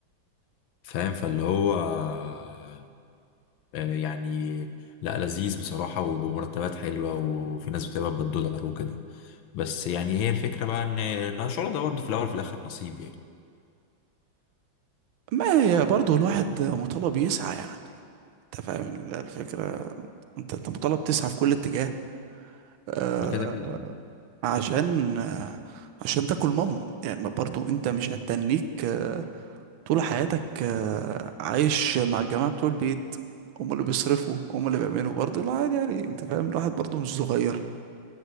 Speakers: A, on the left; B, on the right.
A: فاهم فاللي هو آه، يعني لا لذيذ بصراحة وبمرتبات حلوة وفي ناس بتقبض بالدولار وكده بس يعني هي الفكرة بقى إن إن الشغل ده برضه في الأول وفي الآخر نصيب يعني
B: ما هي برضو الواحد مطالب يسعى يعني انت فاهم ال- الفكره انت انت مطالب تسعى في كل اتجاه آه،
A: ما كده كده يعني.
B: عشان آه، عشان تاكل مام يعني ما برضو انت مش هتتنيك آه، طول حياتك آه، عايش مع الجماعة بتوع البيت هم اللي بيصرفوا هم اللي بيعملوا برضو لا عادي يعني انت فاهم الواحد برضو مش صغير